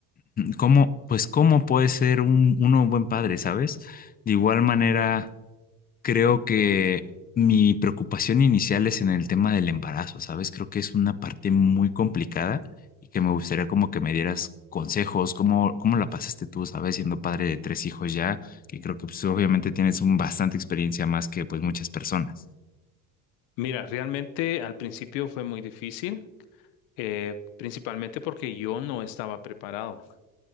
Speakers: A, on the left (about 20°); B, on the left (about 75°).
A: cómo pues cómo puede ser un uno un buen padre, ¿sabes? De igual manera Creo que mi preocupación inicial es en el tema del embarazo, ¿sabes? Creo que es una parte muy complicada y que me gustaría como que me dieras consejos, cómo, cómo la pasaste tú, ¿sabes? Siendo padre de tres hijos ya, que creo que pues, obviamente tienes un bastante experiencia más que pues muchas personas.
B: Mira, realmente al principio fue muy difícil, eh, principalmente porque yo no estaba preparado.